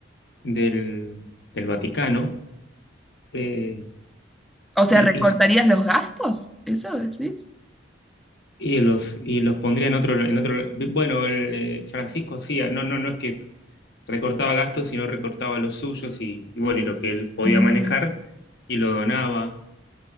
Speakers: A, on the left; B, in the centre.
A: del, del Vaticano eh,
B: o sea,
A: y,
B: ¿recortarías
A: y-
B: los gastos? ¿Eso decís?
A: y los, y los pondría en otro, en otro, bueno, el, eh, Francisco hacía, no, no, no es que recortaba gastos, sino recortaba los suyos y, y bueno, y lo que él podía
B: Mm,
A: manejar y lo donaba